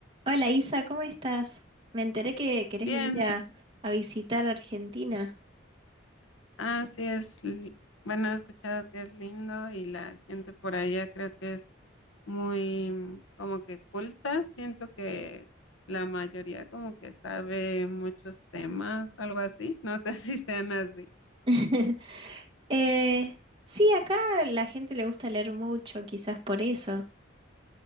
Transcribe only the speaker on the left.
Bien,
así es. li- Bueno, he escuchado que es lindo y la gente por allá creo que es muy mm, como que culta. Siento que la mayoría como que sabe muchos temas, algo así. No sé <laughs> si sean así.